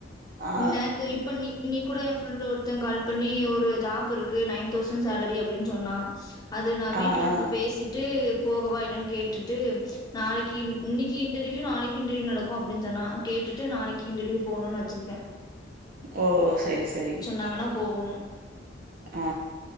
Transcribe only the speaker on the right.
ஆ
ஆ ஆ
ஓ சரி சரி
ஆ